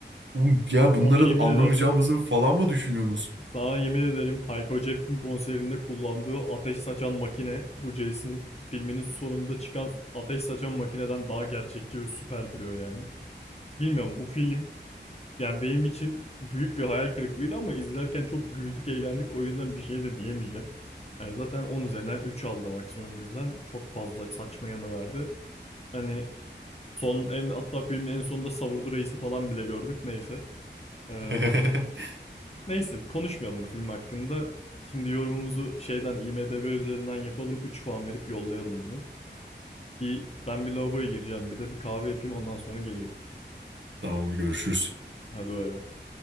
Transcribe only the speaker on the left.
Sana yemin
ederim.
Sana yemin ederim Hayko Cepkin konserinde kullandığı ateş saçan makine bu Jason filminin sonunda çıkan ateş saçan makineden daha gerçekçi ve süper duruyor yani. Bilmiyorum bu film yani benim için büyük bir hayal kırıklığıydı ama izlerken çok güldük eğlendik o yüzden bir şey de diyemeyeceğim. Yani zaten 10 üzerinden 3 aldı maksimum bizden. Çok fazla saçma yanı vardı. Hani son en hatta filmin en sonunda Savurdu Reis'i falan bile gördük neyse. Ee,
Neyse konuşmayalım bu film hakkında. Şimdi yorumumuzu şeyden IMDb üzerinden yapalım. üç puan verip yollayalım bunu. Bir, ben bir lavaboya gireceğim bir de bir kahve yapayım ondan sonra geleyim.
Hadi bay bay.